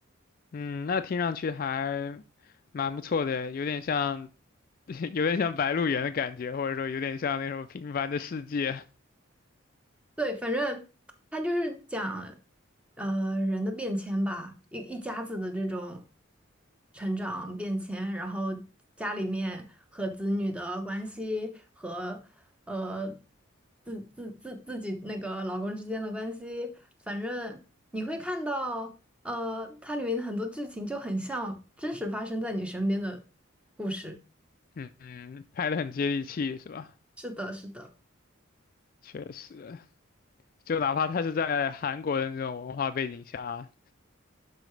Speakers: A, on the left; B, in the centre.
A: 嗯，那听上去还蛮不错的，有点像。<laughs> 有点像《白鹿原》的感觉，或者说有点像那种《平凡的世界》。
B: 对，反正他就是讲，呃，人的变迁吧，一一家子的这种成长变迁，然后家里面和子女的关系和呃自自自自己那个老公之间的关系，反正你会看到，呃，它里面很多剧情就很像真实发生在你身边的故事。
A: 嗯嗯，拍的很接地气，是吧？
B: 是的，是的。
A: 确实，就哪怕他是在韩国的那种文化背景下，